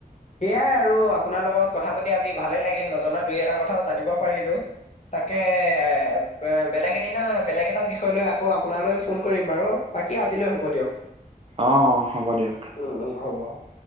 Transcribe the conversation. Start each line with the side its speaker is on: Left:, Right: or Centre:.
Left: সেইয়াই আৰু আপোনাৰ লগত কথা পাতি আজি ভালে লাগিল নজনা দুই এটা কথাও জানিব পাৰিলো। তাকে এ বেলেগ এদিনা বেলেগ এটা বিষয় লৈ আকৌ আপোনালৈ ফোন কৰিম বাৰু বাকী আজিলৈ হ'ব দিয়ক।
Right: অঁ অঁ হ'ব দিয়ক
Left: উম উম হ'ব।